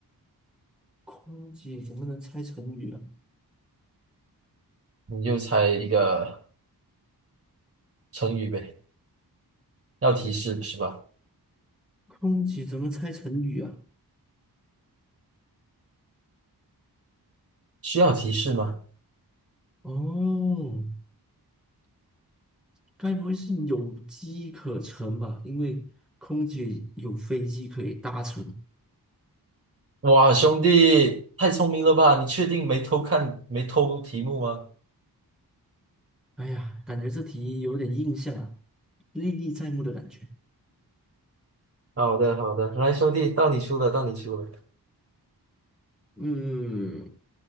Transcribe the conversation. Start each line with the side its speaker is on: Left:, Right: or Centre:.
Centre: 空姐怎么能猜成语啊？
Right: 你就猜一个成语呗，要提示是吧？
Centre: 空姐怎么猜成语啊？
Right: 需要提示吗？
Centre: 哦，该不会是有机可乘吧？因为空姐有飞机可以搭乘。
Right: 哇，兄弟，太聪明了吧？你确定没偷看，没偷题目吗？
Centre: 哎呀，感觉这题有点印象啊，历历在目的感觉。
Right: 好的，好的，来，兄弟，到你出了，到你出了，
Centre: 嗯，